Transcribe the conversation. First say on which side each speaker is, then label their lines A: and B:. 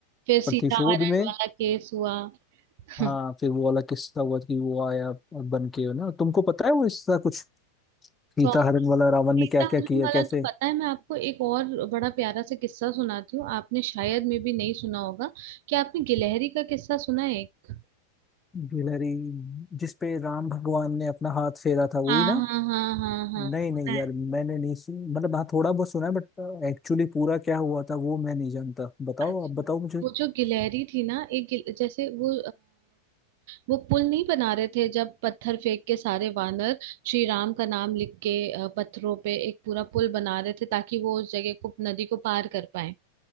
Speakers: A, on the right (about 50°); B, on the left (about 15°).
A: फिर सीता
B: प्रतिशोध
A: हरण
B: में
A: वाला केस हुआ हम्म।
B: हाँ फिर वो वाला किस्सा हुआ कि वो आया बन के ना तुमको पता है वो इसका कुछ सीता
A: कौन
B: हरण वाला रावण
A: सीता
B: ने क्या क्या
A: हरण
B: किया
A: वाला
B: कैसे
A: तो पता है मैं आपको एक और बड़ा प्यारा सा किस्सा सुनाती हूँ आपने शायद में भी नहीं सुना होगा क्या आपने गिलहरी का किस्सा सुना है एक
B: गिलहरी जिसपे राम भगवान ने अपना हाथ फेरा था
A: हाँ
B: वही ना
A: हाँ हाँ हाँ हाँ
B: नहीं
A: सुना
B: नहीं यार
A: है।
B: मैंने नहीं सुन मतलब हाँ थोड़ा बहुत सुना है बट एक्चुअली पूरा क्या हुआ था वो मैं नहीं जानता बताओ
A: अच्छा
B: आप बताओ मुझे
A: वो जो गिलहरी थी ना एक गिल, जैसे वो वो पुल नहीं बना रहे थे जब पत्थर फेंक के सारे वानर श्री राम का नाम लिख के अ, पत्थरों पे एक पूरा पुल बना रहे थे ताकि वो उस जगह को नदी को पार कर पाए